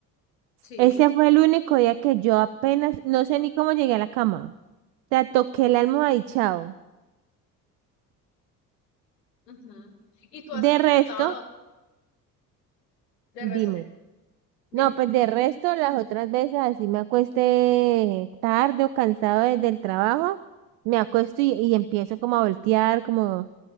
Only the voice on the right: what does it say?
Ese fue el único día que yo apenas, no sé ni cómo llegué a la cama. O sea, toqué el almohada y chao.
De
resto,
dime.
No, pues de resto, las otras veces así me acuesté tarde o cansado desde el trabajo, me acuesto y, y empiezo como a voltear, como